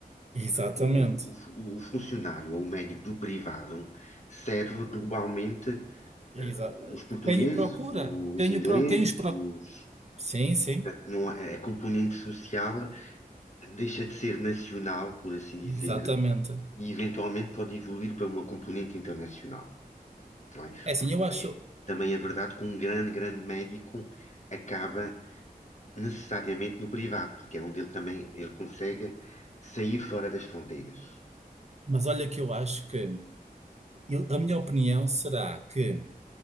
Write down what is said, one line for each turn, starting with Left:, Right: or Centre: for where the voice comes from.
Right: Exatamente.
Left: O, o fu- o funcionário ou o médico do privado serve globalmente
Right: Exa-
Left: eh, os portugueses,
Right: Quem o procura?
Left: os
Right: Quem
Left: ingleses,
Right: o pro- Quem os procura?
Left: os,
Right: Sim, sim,
Left: não há- a componente social deixa de ser nacional, por assim dizer,
Right: exatamente.
Left: e eventualmente pode evoluir para uma componente internacional, não é?
Right: É assim,
Left: Porque
Right: eu
Left: também,
Right: acho.
Left: também é verdade que um grande, grande médico acaba necessariamente no privado, porque é onde ele também ele consegue sair fora das fronteiras.
Right: Mas olha que eu acho que. eu- a minha opinião será que